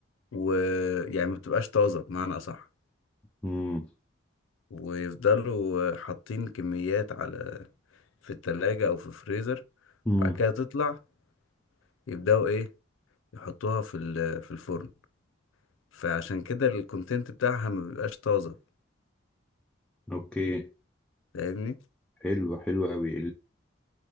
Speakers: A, on the left; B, in the centre.
A: ويعني ما بتبقاش طازة بمعنى أصح
B: امم
A: ويفضلوا حاطين كميات على في التلاجة أو في الفريزر
B: امم
A: بعد كده تطلع يبدأوا إيه يحطوها في ال- في الفرن فعشان كده الكونتنت بتاعها ما بيبقاش طازة
B: اوكي
A: فاهمني
B: حلو حلو قوي